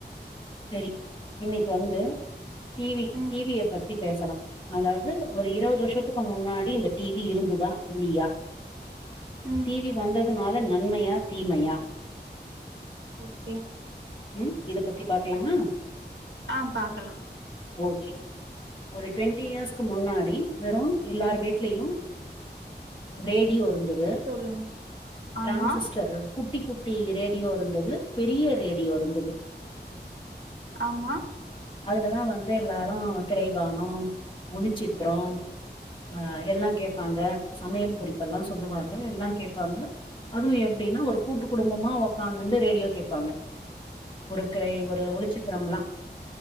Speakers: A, on the left; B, on the right.
A: சரி இன்னிக்கு வந்து டி வி
B: ம்
A: டி விய பத்திப் பேசலா அதாவ்து ஒரு இரவது வர்ஷத்துக்கு முன்னாடி இந்த டி வி இருந்துதா இல்லியா
B: ம்
A: டி வி வந்ததனால நன்மையா தீமையா
B: ஓகே
A: ம் இத பத்தி பாக்லாமா
B: ஆ பாக்கலா
A: ஓகே ஒரு ட்வெண்ட்டி இயர்ஸ்க்கு முன்னாடி வெறு எல்லார் வீட்லயு ரேடியோ இருந்தது
B: சொல்லுங்க
A: டிரான்சிஸ்டரு
B: ஆமா
A: குட்டி குட்டி ரேடியோ இருந்தது பெரிய ரேடியோ இருந்தது
B: ஆம்மா
A: அதுலதா வந்து எல்லாரு திரைவானொ ஒளிச்சித்ரொ அ எல்லா கேப்பாங்க சமையல் குறிப்பெல்லா சொல்லுவாங்க எல்லா கேப்பாங்க அதுவு எப்டின்னா ஒரு கூட்டு குடும்பமா ஒக்காந்துண்டு ரேடியோ கேப்பாங்க ஒரு க்ரை ஒரு ஒளிச்சித்திரம்ல்லா